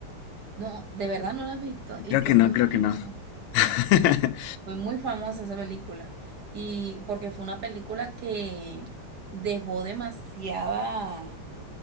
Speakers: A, on the right (about 50°); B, on the left (about 80°).
A: No, de verdad no la has visto y
B: Creo
A: fue
B: que no,
A: muy
B: creo
A: famosa,
B: que no. <laughs>
A: fue muy famosa esa película. Y porque fue una película que dejó demasiada,